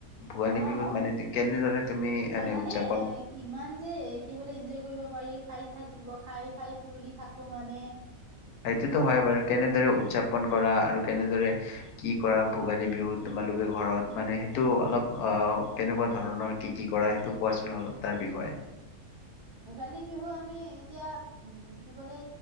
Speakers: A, on the left; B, on the right.
A: ভোগালী
B: অ'।
A: বিহুত মানে কেনেদৰে তুমি
B: জানানে
A: এনে উদযাপন
B: এ ইমান যে শিকিবলৈ এনজয় কৰিব পাৰি খাই থাকিব খাই খাই ফুৰি থাকিও মানে
A: সেইতো হয় বাৰু কেনেদৰে উদযাপন কৰা আৰু কেনেদৰে কি কৰা ভোগালী বিহুত তোমালোকে ঘৰত মানে সেইটো অলপ অ কেনেকুৱা ধৰণৰ কি কি কৰা সেইটো কোৱাচোন অলপ তাৰ বিষয়ে
B: ভোগালী বিহু আমি এতিয়া উম কি বোলে